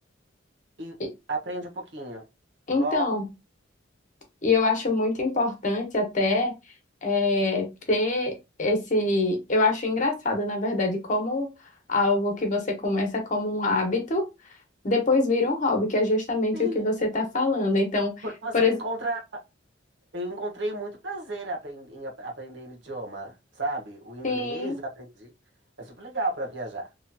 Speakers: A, on the right; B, on the left.
A: e
B: porque-
A: aprende um pouquinho.
B: então,
A: Logo,
B: e eu acho muito importante até eh, ter esse. Eu acho engraçado, na verdade, como algo que você começa como um hábito, depois vira um hobby, que é justamente
A: sim,
B: o que você está falando. Então,
A: porque você
B: por exemplo,
A: encontra. Eu encontrei muito prazer apren- em ap- aprendendo idioma, sabe? O inglês
B: sim,
A: aprendi. É super legal para viajar.